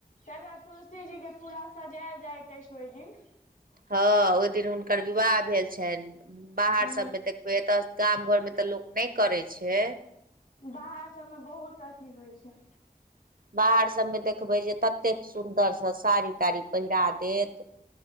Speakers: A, on the left; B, on the right.
A: तै दुआरे तुलसी जी के पूरा सजायल जाइत अछि ओहि दिन
B: हँ ओहि दिन हुनकर विवाह भेल छनि बाहर
A: ह
B: सब मे देखबै एतऽ गाम घर मे तऽ लोक नहि करै छै
A: बाहर सभ मे बहुत अथी होय छै
B: बाहर सभ मे देखबै जे ततेक सुन्दर से साड़ी ताड़ी पहिरा देत